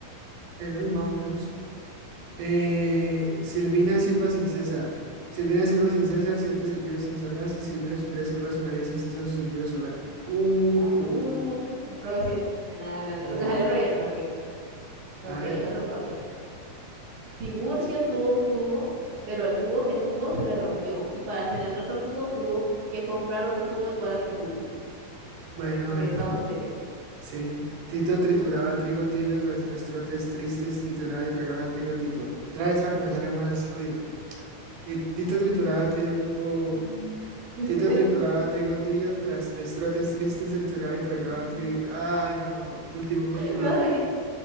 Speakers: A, on the right (about 80°); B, on the right (about 45°).
A: Bueno, y más o menos. Eh, Silvina Silva sin César. Silvina Silva sin César, siete silbidos sin sonar. Si Silvina supiera silbar, sonaría sin César su silbido solar. Ujú.
B: Uf, un profesional. la
A: obvio.
B: salió re bien el qué Ok,
A: A ver.
B: otro para mí. Tiburcio tuvo un tubo, pero el tubo que tuvo se le rompió. Y para tener otro tubo, tuvo que comprar otro tubo igual al que tuvo.
A: Bueno,
B: Ok,
A: bueno.
B: estamos en serio.
A: Sí. Tito trituraba trigo tibio tras tres trotes tristes, trituraba y tragaba trigo Tito. Otra vez para que me salga más fluido. Ti- Tito trituraba trigo, uf.
B: <laughs>
A: Tito trituraba trigo tibio, tras tres trotes tristes trituraba y tragaba trigo. Ay, no, última, última.
B: Iba re bien.